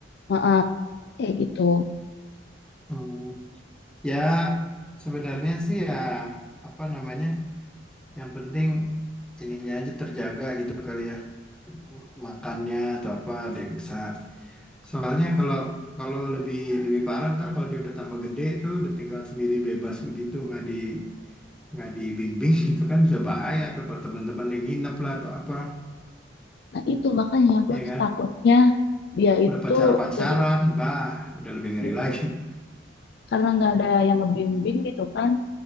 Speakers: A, on the left; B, in the centre.
A: eh, kayak gitu.
B: Hmm. Ya sebenarnya sih ya apa namanya? Yang penting ininya aja terjaga gitu kali ya. Makannya atau apa ada yang bisa. Soalnya kalau kalau lebih lebih parah ntar kalau dia udah tambah gede tuh udah tinggal sendiri bebas begitu nggak di nggak dibimbing <laughs> gitu kan bisa bahaya tuh kalau teman-teman yang nginep lah atau apa
A: Nah itu makanya gue
B: ya
A: tuh
B: kan
A: takutnya dia itu
B: udah pacar-pacaran
A: jadi
B: bah udah lebih ngeri
A: gitu.
B: lagi
A: Karena nggak ada yang ngebimbing gitu kan,